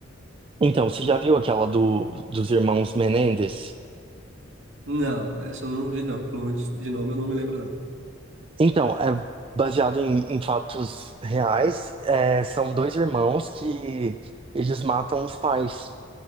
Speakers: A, on the right (about 25°); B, on the right (about 70°).
A: Então, você já viu aquela do, dos irmãos Menendez?
B: Não, essa eu não vi não, pelo menos de nome eu não me lembro não.
A: Então, é baseado em, em fatos reais. É, são dois irmãos que eles matam os pais.